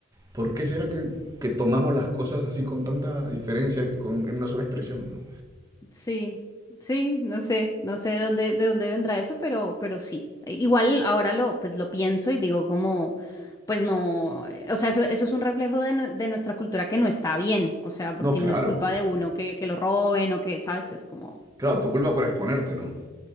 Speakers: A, on the right; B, on the left.
A: por qué será que, que tomamos las cosas así con tanta diferencia con- en una sola expresión, ¿no?
B: Sí, sí, no sé, no sé de dónde, de dónde vendrá eso, pero, pero sí. Igual ahora lo, pues lo pienso y digo como, pues no, eh, o sea, eso, eso es un reflejo de, nue- de nuestra cultura que no está bien, o sea, porque
A: No, claro.
B: no es culpa de uno que, que lo roben o que, ¿sabes? Es como...
A: Claro, tu culpa por exponerte, ¿no?